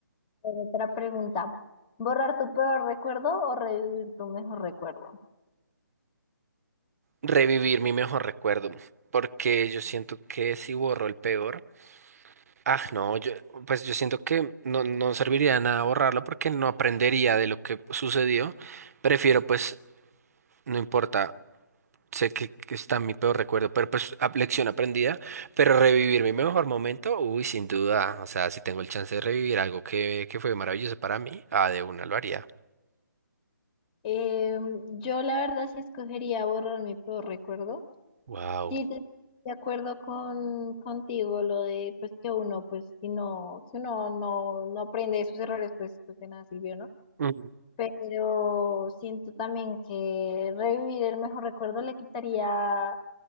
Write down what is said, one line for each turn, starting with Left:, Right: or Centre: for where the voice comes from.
Left: otra pregunta, ¿borrar tu peor recuerdo o revivir tu mejor recuerdo?
Right: Revivir mi mejor recuerdo, porque yo siento que si borro el peor, ah, no, yo, pues yo siento que no, no serviría de nada borrarlo porque no aprendería de lo que sucedió. Prefiero, pues, no importa, sé que, que está mi peor recuerdo, pero pues ap- lección aprendida, pero revivir mi mejor momento, uy, sin duda, o sea, si tengo el chance de revivir algo que, que fue maravilloso para mí, ah, de una lo haría.
Left: Eh, yo la verdad sí escogería borrar mi peor recuerdo.
Right: Wow.
Left: Sí, de de acuerdo con contigo lo de pues que uno pues si no si uno no no aprende de sus errores pues pues de nada sirvió, ¿no?
Right: Mm.
Left: pero siento también que revivir el mejor recuerdo le quitaría